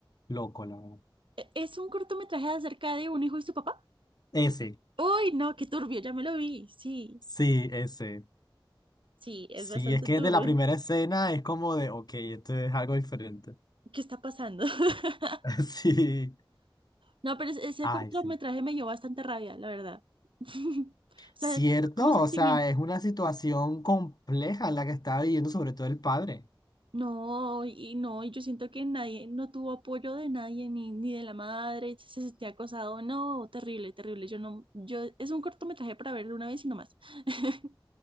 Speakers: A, on the left (about 50°); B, on the right (about 75°).
A: loco, la verdad.
B: E- Es un cortometraje acerca de un hijo y su papá.
A: Ese,
B: Uy, no, qué turbio, ya me lo vi. Sí,
A: sí, ese.
B: sí, es
A: Sí,
B: bastante
A: es que
B: turbio.
A: de la primera escena es como de, ok, esto es algo diferente.
B: ¿Qué está pasando? <laughs>
A: <laughs> Sí,
B: No, pero es- ese
A: ay,
B: cortometraje
A: sí.
B: me dio bastante rabia, la verdad. <laughs> O
A: Cierto,
B: sea, como sentimiento.
A: o sea, es una situación compleja la que está viviendo sobre todo el padre.
B: No, y no, y yo siento que nadie, no tuvo apoyo de nadie, ni, ni de la madre, si se sentía acosado, no, terrible, terrible, yo no, yo, es un cortometraje para verlo una vez y no más. <laughs>